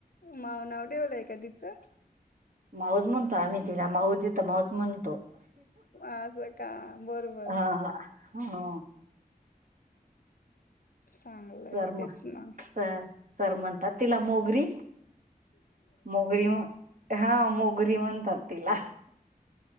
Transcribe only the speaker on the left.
माव नाव ठेवलंय का तिचं
असं का बरोबर
चांगलंय
तेच
ना.